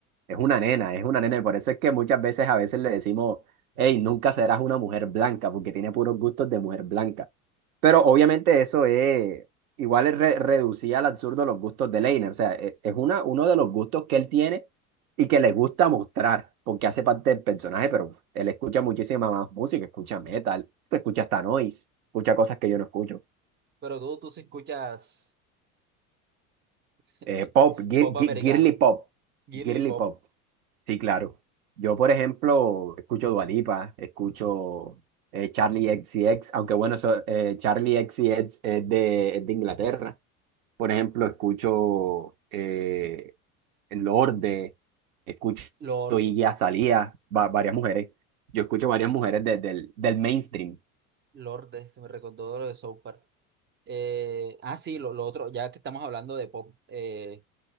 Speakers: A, on the right; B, on the right.
A: Es una nena, es una nena. Y por eso es que muchas veces a veces le decimos, hey, nunca serás una mujer blanca, porque tiene puros gustos de mujer blanca. Pero obviamente eso es, igual es re- reducía al absurdo los gustos de Leiner. O sea, e- es una, uno de los gustos que él tiene y que le gusta mostrar, porque hace parte del personaje, pero él escucha muchísima más música, escucha metal, escucha hasta noise escucha cosas que yo no escucho.
B: pero tú, tú sí escuchas <laughs>
A: Eh, pop, gir-
B: pop
A: gi-
B: americano,
A: girly pop,
B: girly
A: girly
B: pop,
A: pop, sí, claro. Yo, por ejemplo, escucho Dua Lipa, escucho eh, Charlie x C X, aunque bueno, eso, eh, Charlie x C X es de, es de Inglaterra. Por ejemplo, escucho eh, Lorde, escucho
B: Lorde,
A: Iggy
B: sí,
A: Azalea, va- varias mujeres. Yo escucho varias mujeres de- del, del mainstream.
B: Lorde, se me recordó lo de South Park. Eh, ah, sí, lo, lo otro, ya que estamos hablando de pop, eh,